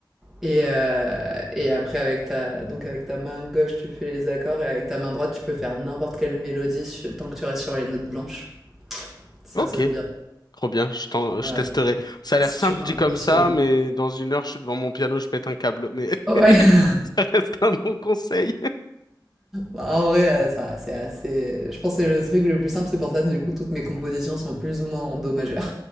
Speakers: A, in the centre; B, on the left.
A: Et, euh, et après, avec ta, donc avec ta main gauche, tu fais les accords et avec ta main droite, tu peux faire n'importe quelle mélodie su- tant que tu restes sur les notes blanches. Ça
B: ok.
A: sonne bien.
B: Trop bien, je t'en,
A: Voilà.
B: je testerai. Ça a
A: C'est
B: l'air simple
A: super
B: dit
A: impressionnant.
B: comme ça, mais dans une heure, je suis devant mon piano, je pète un câble. Mais
A: Ouais.
B: <laughs>
A: <laughs>
B: ça reste un bon conseil.
A: Bah, en vrai, euh, ça, c'est assez. Je pense que c'est le truc le plus simple. C'est pour ça, que du coup, toutes mes compositions sont plus ou moins en do majeur.